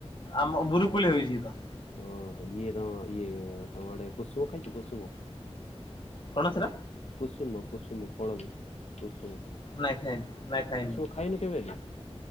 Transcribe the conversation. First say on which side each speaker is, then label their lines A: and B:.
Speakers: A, on the left (about 50°); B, on the left (about 80°).
A: ଆମ ବୁରୁକୁଳି ହେଇଛି ତ?
B: ଓହୋ ଇଏ ତମ ଇଏ ତମଡେ କୁସୁମ ଖାଇଛି କୁସୁମ?
A: କଣ ସେଟା?
B: କୁସୁମ କୁସୁମ ଫଳଦ କୁସୁମ?
A: ନାଇଁ ଖାଇନି ନାଇଁ ଖାଇନି।
B: କୁସୁମ ଖାଇନୁ କେବେ?